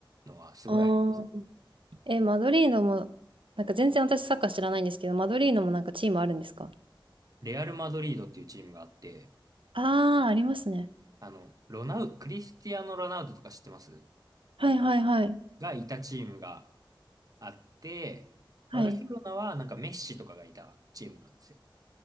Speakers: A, on the right; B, on the right.
A: のはすごいあります。
B: ああ。え、マドリードも、なんか全然私サッカー知らないんですけど、マドリードもなんかチームあるんですか
A: レアル・マドリードっていうチームがあって、
B: ああー、ありますね。
A: あの、ロナウ、クリスティアーノ・ロナウドとか知ってます
B: はいはいはい。
A: がいたチームがあって、
B: はい。
A: バルセロナはなんかメッシとかがいたチームなんですよ。